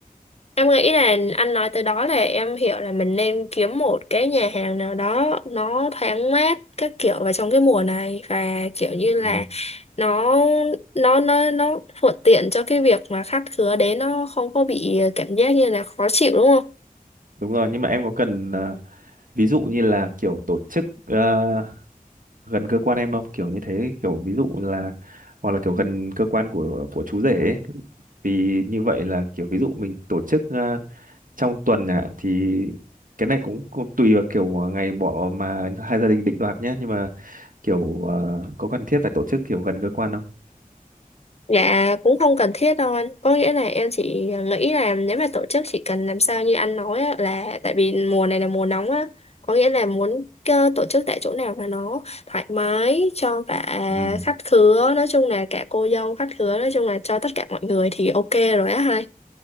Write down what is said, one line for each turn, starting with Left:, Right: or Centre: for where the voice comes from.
Left: Em nghĩ là anh nói từ đó là em hiểu là mình nên kiếm một cái nhà hàng nào đó nó thoáng mát các kiểu vào trong cái mùa này và kiểu như
Right: ừ,
Left: là nó nó nó nó thuận tiện cho cái việc mà khách khứa đến nó không có bị cảm giác như là khó chịu đúng không?
Right: đúng rồi nhưng mà em có cần à, ví dụ như là kiểu tổ chức ờ, gần cơ quan em không kiểu như thế kiểu ví dụ là hoặc là kiểu gần cơ quan của của chú rể ấy. thì như vậy là kiểu ví dụ mình tổ chức ờ, trong tuần ạ thì cái này cũng, cũng tùy vào kiểu ngày bỏ mà hai gia đình định đoạt nhé nhưng mà kiểu ờ, có cần thiết phải tổ chức kiểu gần cơ quan không
Left: Dạ cũng không cần thiết đâu anh Có nghĩa là em chỉ nghĩ là nếu mà tổ chức chỉ cần làm sao như anh nói á, là tại vì mùa này là mùa nóng á có nghĩa là muốn cơ- tổ chức tại chỗ nào mà nó thoải mái cho cả
Right: Ừ.
Left: khách khứa nói chung là cả cô dâu khách khứa nói chung là cho tất cả mọi người thì ok rồi á hai